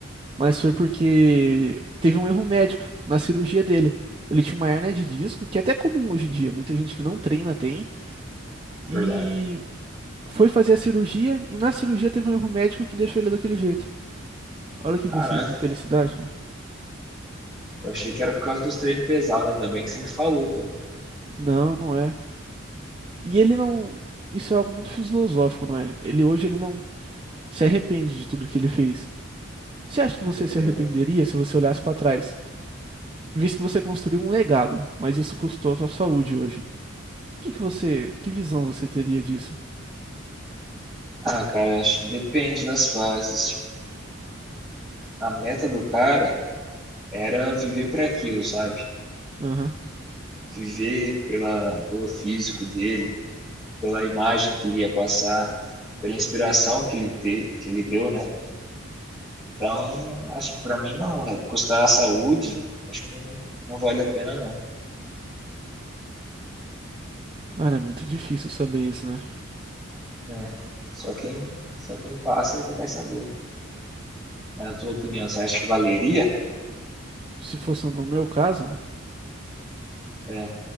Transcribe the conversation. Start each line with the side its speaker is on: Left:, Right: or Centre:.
Right: mas foi porque teve um erro médico na cirurgia dele. Ele tinha uma hérnia de disco, que é até comum hoje em dia, muita gente que não treina tem,
Centre: Verdade.
Right: e foi fazer a cirurgia, e na cirurgia teve um erro médico que deixou ele daquele jeito. Olha que
Centre: Caraca,
Right: infelici- infelicidade, cara.
Centre: eu achei que era por causa dos treinos pesados, ainda bem que você me falou, cara.
Right: Não, não é. E ele não. Isso é algo muito filosófico, não é? Ele hoje ele não se arrepende de tudo que ele fez. Você acha que você
Centre: É.
Right: se arrependeria se você olhasse pra trás, visto que você construiu um legado, mas isso custou a sua saúde hoje? Que que você, que visão você teria disso?
Centre: Ah, cara, acho que depende das fases. A meta do cara era viver para aquilo, sabe?
Right: Aham.
Centre: Viver pela, pelo físico dele, pela imagem que ele ia passar, pela inspiração que ele, te, que ele deu, né? Então, acho que para mim não, velho. Custar a saúde, acho que não, não vale a pena não.
Right: Cara, é muito difícil saber isso, né?
Centre: Né? Só quem só quem passa é que vai saber. Na tua opinião, você acha que valeria?
Right: Se fosse no meu caso,
Centre: É,